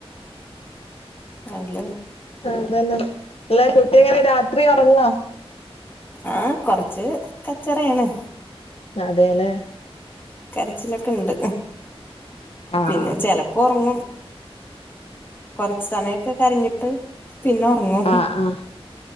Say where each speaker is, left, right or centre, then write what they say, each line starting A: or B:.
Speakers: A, on the left (about 20°); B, on the left (about 70°).
A: അല്ല
B: അതന്നെ. ല്ലെ കുട്ടികള് രാത്രി ഒറങ്ങോ?
A: ഏ കൊറച്ച് കച്ചറേണ്.
B: അതെല്ലേ.
A: കരച്ചിലൊക്കെ ഇണ്ട്.
B: ആഹ്
A: പിന്നെ ചെലപ്പോ ഒറങ്ങും. കൊറച്ച് സമയൊക്കെ കരഞ്ഞിട്ട്, പിന്ന ഒറങ്ങും.
B: ആഹ് ആഹ്